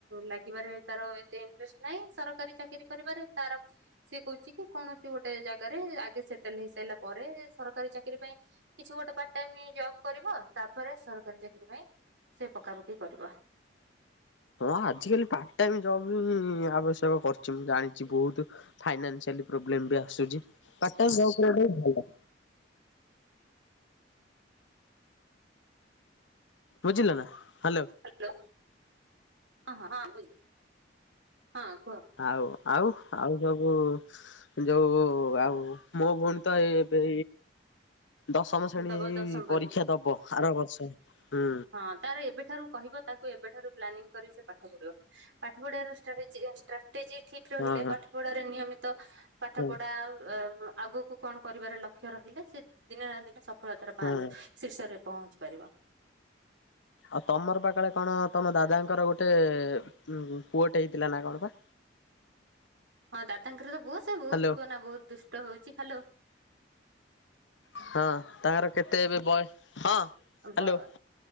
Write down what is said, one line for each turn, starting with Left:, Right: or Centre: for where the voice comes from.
Right: ଲାଗିବାରେ ତାର- ଇଂଟରେଷ୍ଟ ନାହିଁ ସରକାରୀ ଚାକିରରି କରିବାରେ ତାର- ସିଏ କହୁଛି କି କୌଣସି ଗୋଟେ ଜାଗାରେ ଆଗେ ସେଟେଲ ହେଇସାରିଲା ପରେ ସରକାରୀ ଚାକିରି ପାଇଁ- କିଛି ଗୋଟେ ପାର୍ଟ ଟାଇମ ଜବ କରିବ ତାପରେ ସରକାରୀ ଚାକିରରି ପାଇଁ ସେ ପକାପକି କରିବ।
Left: ହଁ ଆଜିକାଲି ପାର୍ଟ ଟାଇ ଜବ୍ ଆବଶ୍ୟକ କରିଛି। ମୁଁ ଜାଣିଛି ବହୁତ- ଫାଇଆବ୍ଲେ ବି ଆସୁଛି ଭଲ। ବୁଝିଲ ନା ହ୍ୟାଲୋ।
Right: ହ୍ୟାଲୋ ହଁ ହଁ ହଁ ବୁଲୁ ହଁ କୁହ
Left: ଆଉ ଆଉ ଆଉ ସବୁ ଯଉ ଆଉ ମୋ ଭଉଣୀ- ତ ଏ ଏବେ ଦଶମ ଶ୍ରେଣୀ
Right: ଦବ
Left: ଏଇ
Right: ଦଶମ ପରୀ
Left: ପରୀକ୍ଷା ଦବ। ସାର ବର୍ଷ ହୁଁ।
Right: ହଁ ତାର ଏବେଠାରୁ କହିବ ତାକୁ ଏବେଠାରୁ ପ୍ଲାନିଂ କରି ସେ ପାଠ ପଢିବ। ପାଠ ପଢିବାର ଷ୍ଟାର୍ଟ କରିଚି, ଷ୍ଟାର୍ଟଜି <unintelligible> ଠିକ ରହିଲେ
Left: ହଁ
Right: ପାଠପଢ଼ାରେ ନିୟମିତ ପାଠପଢା
Left: ହୁଁ
Right: ଆଗକୁ- କ ଣ କରିବାର ଲକ୍ଷ୍ୟ ରହିଲେ ସେ ଦିନେ ନା ଦିନେ ସଫଳତାର
Left: ହୁଁ।
Right: ଶୀର୍ଷରେ ପହଞ୍ଚି ପାରିବ।
Left: ଆଉ ତମର ପାଖଳେ କଣ ତମ ଦାଦାଙ୍କର ଗୋଟେ ଉ ପୁଅଟେ ହେଇଥିଲା ନା କଣ ପା?
Right: ହଁ ଦାଦାଙ୍କର ତ ବୁଅ ସେ ବହୁତ
Left: ହ୍ୟାଲୋ
Right: କୁହନା ବହୁତ ଦୁଷ୍ଟ ହଉଛି। ହଲୋ
Left: ହଁ ତାଙ୍କର କେତେ ଏବେ ବୟ ହଁ। ହ୍ୟାଲୋ।
Right: ମୁଁ